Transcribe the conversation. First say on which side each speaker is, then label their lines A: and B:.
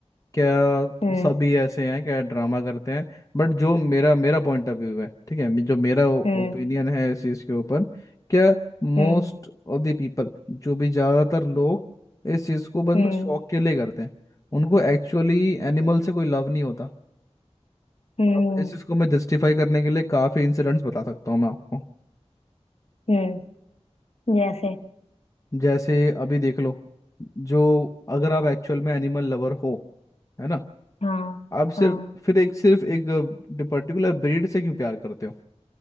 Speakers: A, on the left; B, on the left.
A: क्या
B: हम्म
A: सभी ऐसे हैं क्या ड्रामा करते हैं बट जो मेरा मेरा पॉइंट ऑफ व्यू है ठीक है जो मेरा ओपिनियन
B: हम्म
A: है इस चीज के ऊपर क्या मोस्ट
B: हम्म
A: ऑफ द पीपल जो भी ज्यादातर लोग इस चीज को बंद
B: हम्म
A: शौक के लिए करते हैं उनको एक्चुअली एनिमल से कोई लव नहीं होता
B: हम्म
A: अब इस इसको मैं जस्टिफाई करने के लिए काफ़ी इंसिडेंट्स बता सकता हूँ मैं आपको
B: हम्म, जैसे
A: जैसे अभी देख लो जो अगर आप एक्चुअल में एनिमल लवर हो है ना
B: हाँ
A: आप सिर्फ
B: हाँ
A: फिर एक सिर्फ एक पर्टिकुलर ब्रीड से क्यों प्यार करते हो